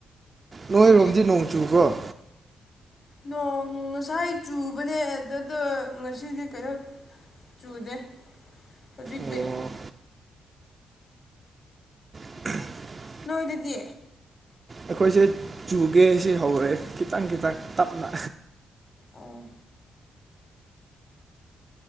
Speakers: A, on the right; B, on the left.
A: ꯅꯣꯏꯔꯣꯝꯗꯤ
B: ꯅꯪꯗꯤ
A: ꯅꯣꯡ ꯆꯨꯕꯔꯣ
B: ꯅꯣꯡ ꯉꯁꯥꯏ ꯆꯨꯕꯅꯦ ꯑꯗꯨꯗꯣ ꯉꯁꯤꯗꯤ ꯀꯩꯅꯣ ꯆꯨꯗꯦ ꯍꯧꯖꯤꯛꯇꯤ
A: ꯑꯣ <unintelligible>
B: ꯅꯣꯏꯗꯗꯤ
A: ꯑꯩꯈꯣꯏꯁꯦ ꯆꯨꯒꯦ ꯁꯤ ꯍꯧꯔꯦ ꯈꯤꯇꯪ ꯈꯤꯇꯪ ꯇꯞꯅ
B: ꯑꯣ